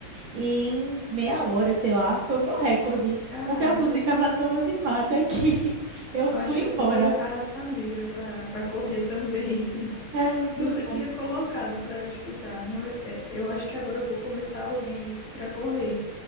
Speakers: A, on the right (about 70°); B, on the left (about 50°).
A: em meia hora, sei lá, foi o meu recorde,
B: Caramba.
A: porque a música estava tão animada que <laughs> eu
B: Eu
A: fui
B: acho que
A: embora.
B: eu vou colocar Raça Negra pra para correr também. <laughs>
A: É muito
B: Nunca
A: bom.
B: tinha colocado pra escutar. Na ve- é, Eu acho que agora eu vou começar a ouvir isso pra correr.